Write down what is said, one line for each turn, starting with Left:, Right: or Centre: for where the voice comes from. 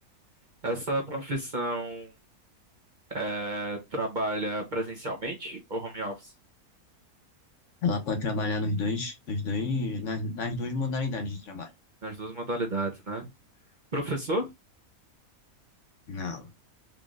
Right: Essa profissão é, trabalha presencialmente ou home office?
Left: Ela pode trabalhar nos dois, nos dois, nas, nas duas modalidades de trabalho.
Right: Nas duas modalidades, né? Professor?
Left: Não.